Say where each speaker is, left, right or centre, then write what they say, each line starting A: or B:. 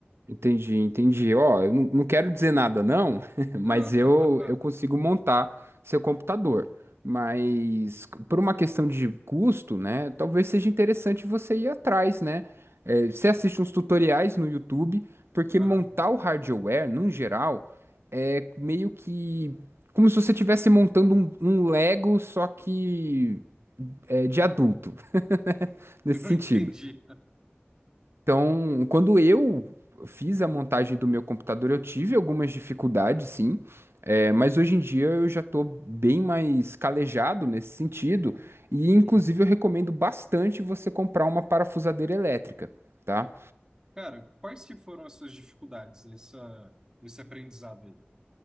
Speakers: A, on the right; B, on the right.
A: Entendi, entendi. Ó, eu não, não quero dizer nada, não, <laughs> mas
B: Ah,
A: eu, eu consigo montar seu computador. Mas por uma questão de custo, né? Talvez seja interessante você ir atrás, né? É, você assiste uns tutoriais no YouTube, porque
B: <laughs>
A: montar
B: aham.
A: o hardware, num geral, é meio que como se você estivesse montando um, um Lego, só que é, de adulto, <laughs> nesse
B: Eu
A: sentido.
B: entendi.
A: Então, quando eu fiz a montagem do meu computador, eu tive algumas dificuldades, sim. É, mas hoje em dia eu já estou bem mais calejado nesse sentido, e inclusive
B: Hum.
A: eu recomendo bastante você comprar uma parafusadeira elétrica, tá?
B: Cara, quais que foram as suas dificuldades nessa, nesse aprendizado aí?